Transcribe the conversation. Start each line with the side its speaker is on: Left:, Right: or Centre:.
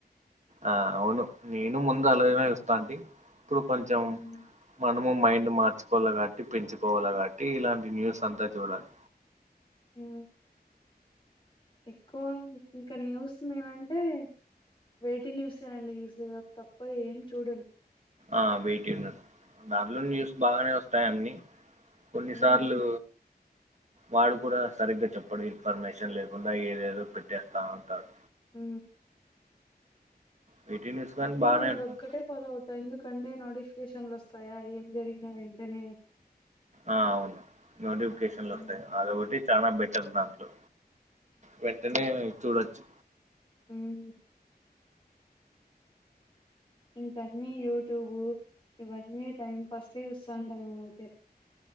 Right: ఆ అవును నేను ముందు అలాగనా ఇస్తా అండి ఇప్పుడు కొంచెం
Left: హ్మ్
Right: మనం నువ్ మైండ్ మార్చుకోవాల కాట్టి పెంచుకోవాల కాట్టి ఇలాంటి న్యూస్ అంతా చూడాలి
Left: ఉ ఎక్కువ ఇంకా న్యూస్ నేనంటే వేటి న్యూసేనండి న్యూస్ అది తప్ప ఏం చూడను
Right: ఆ వెయిట్ ను దాంట్లో న్యూస్ బాగానే వస్తాయి అన్నీ కొన్నిసార్లు
Left: హ్మ్.
Right: వాడు కూడా సరిగ్గా చెప్పడు ఇన్ఫర్మేషన్ లేకుండా ఏదేదో పెట్టేస్తా ఉంటారు
Left: ఉ
Right: వీటి న్యూస్ కానీ
Left: ఎక్కువ
Right: బాగానే
Left: నేను అది
Right: ఉంటుంది.
Left: ఒక్కటే ఫాలో అవుతా ఎందుకంటే నోటి ఎకేషన్లు వస్తాయా ఏం జరిగినా వెంటనే
Right: ఆ అవును నోటిఫికేషన్లు
Left: హ్మ్.
Right: వస్తాయి అది ఒకటి చనా బెటర్ దాంట్లో వెంటనే చూడచ్చు
Left: ఉహు ఇంకా అన్ని యూట్యూబ్ ఇవన్నీ టైం పాస్ కే చూస్తా అంటా నేనైతే